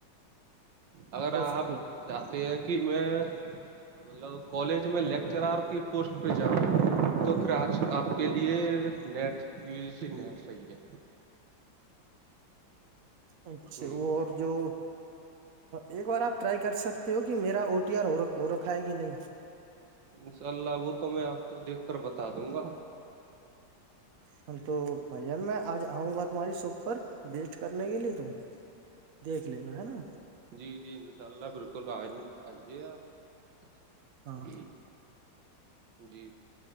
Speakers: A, on the right; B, on the right.
A: اگر
B: اوکے
A: آپ چاہتے ہیں کہ میں مطلب کالج میں لیکچرار کی پوسٹ پہ جاؤں تو پھر آج آپ کے لیے NET U G C NET صی ہے
B: اچھا
A: ہ
B: وہ اور جو ایک بار آپ ٹرائی کر سکتے ہو کہ میرا او ٹی آر ہو رکھا ہے کہ نہیں
A: انشاء اللہ وہ تو میں آپ کو دیکھ کر بتا دوں گا
B: ہم تو بھیا میں آج آؤں گا تمہاری شاپ پر وسٹ کرنے کے لیے تو دیکھ لینا ہے نا
A: جی جی انشاء اللہ بالکل آئیں آئیے آپ
B: ہاں
A: جی